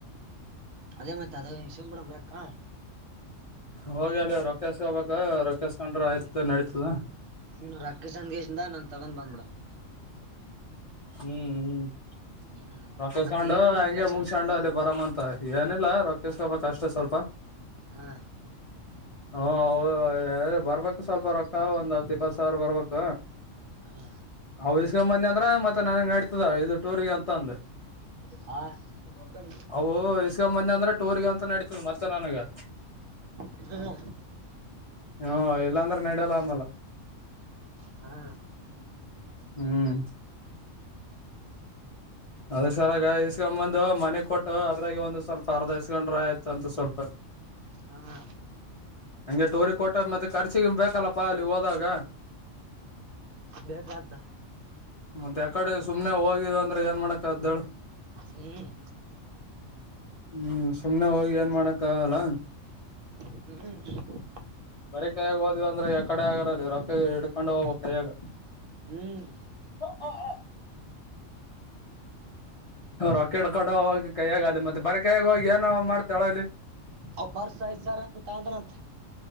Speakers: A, on the right; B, on the left.
A: ಅದೇ ಮತ್ತೆ ಅದೇ ಇಸ್ಕಂತು ಬಿಡಾನ ರೊಕ್ಕ
B: ಹೋಗಿ ಅಲ್ಲಿ ರೊಕ್ಕಸ್ಕೋಬೇಕ ರೊಕ್ಕಸ್ಕೊಂಡ್ರ ಆಯ್ತು ನಡತದ
A: ನೀನು ರಕ್ಕಕ್ಕೆ ಸಂದೇಶದ ನಾನನ್ ತಗೊಂಡ ಬ್ಬಿಡಲ್ಲ
B: ಹ್ಮ್ ಹ್ಮ್
A: ಹ್ಮ್
B: ರೊಕ್ಕಸ್ಕಂಡು
A: ಮತ್ತೆ ಏನಿಲ್ಲ
B: ಹಂಗೆ
A: ಕೆಲ್ಸ
B: ಮುಗಸಂಡು ಅಲ್ಲಿ ಬರ ಅಂತ ಏನಿಲ್ಲಾ ರೊಕ್ಕಸ್ಕೊಪ ಕಷ್ಟ ಸ್ವಲ್ಪ
A: ಹಾ
B: ಹಾೌ ಬರ್ಬೇಕಕ್ ಸ್ವಲ್ಪ ರೊಕ್ಕ ಒಂದ್ ಹತ್ತು ಇಪ್ಪತ್ತು ಸಾವಿರ ಬರ್ಬೇಕ
A: ಹಾ
B: ಹ ಇಸ್ಗಂಬಂದಿ ಅಂದ್ರ ಮತ್ತೆ ನನಗ್ ನಡ್ತದ ಇದು ಟೂರಿಗೆ ಅಂತ ಅಂದು
A: ಹಾ ಗಕಣ
B: ಅ ಇಸ್ಕಂಬಂದಿ ಅಂದ್ರೆ ಟೂರ್ಗ ಅಂತ ನಡತದ ಮತ್ತೆ ನನಗ
A: ಅದ್ರ
B: ಹ್ಮ ಇಲ್ಲಾಂದ್ರೆ ನಡಿಯಲ್ಲ ಅಂದಲ್ಲ
A: ಹಾ
B: ಹ್ಮ್ ಅದ್ರ ಸಲಾಗ ಇಸ್ಕೊಂಬಂದು ಮನೆ ಕೊಟ್ಟ ಹ ಅದ್ರಾಗಿ ಒಂದು ಸ್ವಲ್ಪ ಅರ್ಧೈಸ್ಕೊಂಡ್ರ ಆಯತು ಅಂತ ಸ್ವಲ್ಪ
A: ಹಾ
B: ಹಂಗೆ ಟೋರಿ ಕೊಟ್ಟ ಮತ್ತೆ ಖರ್ಚಿ ಬೇಕಲ್ಲಪ್ಪಾ ಅಲ್ಲಿ ಹೋದಾಗ
A: ಬೇಕಂತ
B: ಮತ್ತೆ ಯಕಡೆ ಸುಮ್ನೆ ಹೋಗಿದ ಅಂದ್ರೆ ಏನ್ ಮಾಡಕ್ ಅದ್ದಳ
A: ಹ್ಮ್
B: ಹ್ಮ್ ಸುಮ್ನೆ ಹೋಗಿ ಏನ್ ಮಾಡಕ್ಕ ಆಗಲ್ಲ
A: ಹ್ಮ್
B: ಬರಿೀ ಕೈಯಾಗ ಹೋದ್ ಅಂದ್ರೆ ಕಡೆ ಆಗಿರೋದು ರೊಕ್ಕ ಹ ಇಡ್ಕೊಂಡು ಹೋಗ ಕೈಯಾಗ
A: ಹ್ಮ್
B: ಹ ಹ ರೊಕ್ಕೆಡ್ಕೊಂಡ ಹ ಕೈಯಗಾಲ ಮತ್ತೆ ಬರ ಕೈಯಾಗ ಹೋಗಿ ಏನ ಮಾಡ್ತಾಳ ಅಲ್ಲಿ
A: ಅಪರ್ಸ ಆಐ್ತರ್ ಅಂತ ಅಂತನಂತ